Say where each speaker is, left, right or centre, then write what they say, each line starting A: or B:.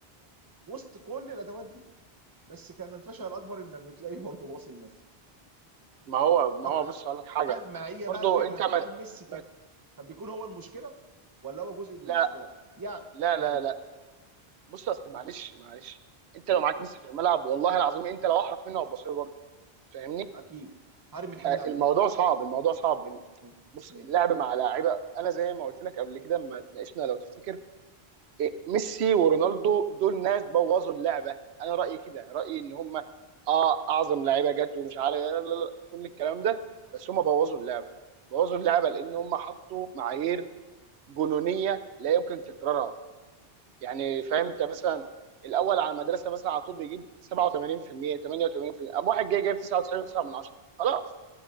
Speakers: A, on the right; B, on the right.
A: فوسط كل الادوات دي بس كان الفشل الاكبر انك بتلاقيه برضه باصي لميسي
B: ما هو ما
A: طب
B: هو بص اقول لك حاجه
A: هل ما هي
B: برضو
A: بقى الفكره
B: انت
A: بقى
B: ما
A: هل ميسي كان
B: ما
A: كان بيكون هو المشكله ولا هو جزء من
B: لا
A: المشكله يعني
B: لا لا
A: مم.
B: لا بص اصل معلش معلش انت لو
A: مم.
B: معاك ميسي في الملعب والله العظيم انت لو احرف منه هتبص له برضه فاهمني
A: اكيد هرمي الحمل
B: آه،
A: عليه
B: الموضوع صعب الموضوع صعب
A: مم.
B: بص
A: مم.
B: اللعب مع لاعيبه انا زي ما قلت لك قبل كده لما اتناقشنا لو تفتكر ميسي ورونالدو
A: مم.
B: دول ناس بوظوا اللعبه انا رايي كده رايي ان هم اه اعظم لعيبه جت ومش عارف لا لا لا، كل الكلام ده بس هم بوظوا اللعبه بوظوا اللعبه
A: مم.
B: لان هم حطوا معايير جنونيه لا يمكن تكرارها يعني فاهم انت مثلا الاول على المدرسه مثلا على طول بيجيب 87% 88% قام واحد جاي جايب 99.9 من 10 خلاص